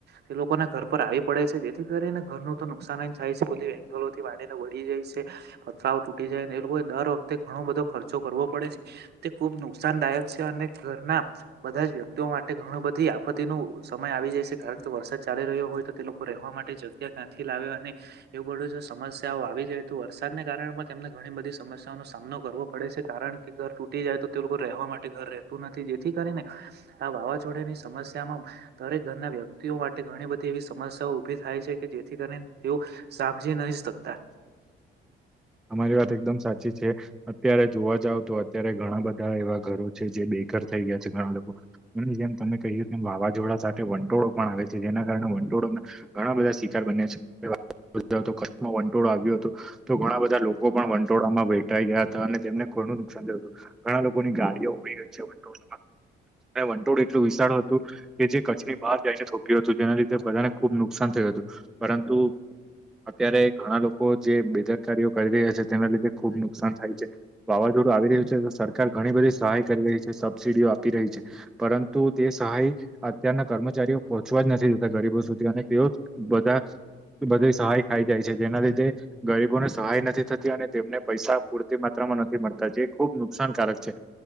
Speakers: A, on the right; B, in the centre.
A: તે લોકોના ઘર પર આવી પડે છે જેથી કરીને ઘરનું તો નુકસાન જ થાય છે ભ વંગલો થી બાડીને વળી જાય છે ફાવ તૂટી જાય એ લોકો દર વખતે ઘણો બધો ખર્ચો કરવો પડે છે તે ખુબ નુકસાનદાયક છે અને ઘરના બધા જ વ્યક્તિઓ માટે ઘણું બધી આફતી ન સમય આવી જાય છે કારણ કે વરસાદ ચાલી રહ્યો હોય તો તે લોકો રહેવા માટે જગ્યા ક્યાંથી લાવે અને એવું બધું જો સમસ્યાઓ આવી જાય તો વરસાદને કારમાં તેમને ઘણી બધી સમસ્યાઓ નનો સામનો કરવો પડે છે કારણ કે ઘર તૂટી જાય તો તે લોકો રહેવા માટે ઘર રહે નથી જેથી કરીને આ વાવાઝોડની સમસ્યામાં દરેક ઘરના વ્યક્તિઓ માટે ઘણી બધી એવી સમસ્યાઓ ઉભી થાય છે કે જેથી કરીને તેઓ સાજી નહી શકતા
B: અમારી વાત એકદમ સાચી છે અત્યારે જોવા જાવ તો અત્યારે ઘણા બધા એવા ઘરો છે જે બે થ ગયા છે ઘણા લોકો અને જેમ તમે કહી વાવાઝોડા સાથે વંટોળો પણ આવે છે જેના કારણે ઘણા બધા શિકાર બન્યા છે વંટોળો આવ્યો હતો ઘણા લોકો પણ વન વંટોળમાં બેઠા ગયા હતા અને તેમને ખોણું નુકસાન થયું હતું ઘણા લોકોની ગાડીઓ ઉભી ગઈ છે વંટોળમાં વંટોળ એટલું વિસ્તાર હતું કે જે કચ્છની બહાર જઈને થોપ્યું હતું જેના લીધે તે બધાને ખુબ નુકસાન થયું હતું પરંતુ અત્યારે ઘણા લોકો જે બેદરકારીઓ કરી રહ્યા છે તેના લીધે ખુબ નુકસાન થાય છે વાવાઝોડું આવી રહ્યું છે તો સરકાર ઘણી બધી સહાય કરી રહી છે સબસિડીઓ આપી રહી છે પરંતુ તે સહાય અત્યારના કર્મચારીઓ પહોંચવા જ નથી જતા ગરીબ સુધી અને તેઓ બધા બધી સહાય ખાઈ જાય છે જેના લીધે ગરીબોને સહાય નથી થતી અને તેમને પૈસા પૂરતી માત્રામાં નથી મળતા જે ખુબ નુકસાનકારક છે